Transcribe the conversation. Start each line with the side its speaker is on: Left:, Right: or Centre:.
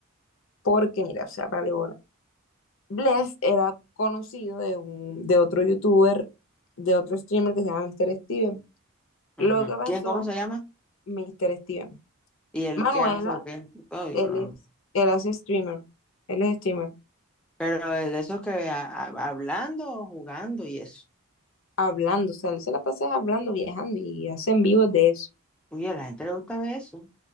Left: Porque, mira, o sea, para bola. Bless era conocido de, un, de otro youtuber, de otro streamer que se llama Mr. Steven.
Centre: Ujú.
Left: Lo que pasó,
Centre: ¿Quién, cómo se llama?
Left: Mr. Steven.
Centre: ¿Y él
Left: Manuela,
Centre: qué hace o qué? Oh, yo
Left: él
Centre: no.
Left: es, él hace streamer, él es streamer,
Centre: Pero de esos que a- a- hablando o jugando y eso.
Left: hablando, o sea, él se la pasa hablando, viajando y hacen vivos de eso.
Centre: Uy, a la gente le gusta ver eso.